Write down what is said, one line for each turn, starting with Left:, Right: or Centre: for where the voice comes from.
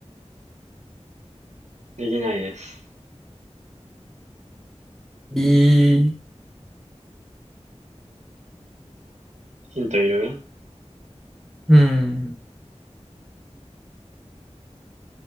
Right: できないです。
Centre: ええ
Right: ヒントいる
Centre: うん。